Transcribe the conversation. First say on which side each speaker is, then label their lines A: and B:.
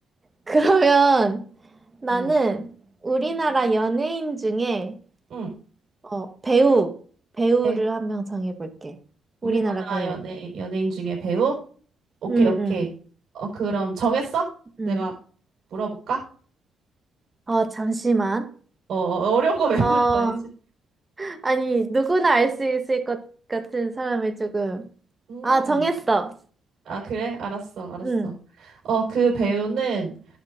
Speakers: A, on the right; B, on the right.
A: 그러면 나는
B: 응,
A: 우리나라 연예인 중에
B: 응.
A: 어, 배우, 배우를
B: 네.
A: 한 명 정해볼게.
B: 우리나라
A: 우리나라 배우.
B: 연예, 연예인 중에 배우? 오케이,
A: 응,
B: 오케이.
A: 응,
B: 어, 그럼 정했어?
A: 응.
B: 내가 물어볼까?
A: 어, 잠시만.
B: 어, 어, 어려운 거 <laughs> 외우는
A: 어,
B: 거 아니지?
A: 아니, 누구나 알 수 있을 것 같은 사람을 조금.
B: 음.
A: 아, 정했어.
B: 아, 그래? 알았어, 알았어.
A: 응,
B: 어, 그 배우는,